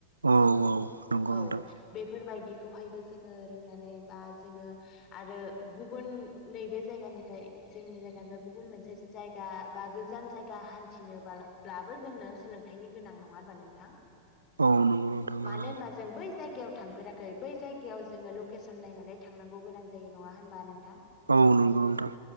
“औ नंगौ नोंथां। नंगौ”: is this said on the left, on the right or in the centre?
Right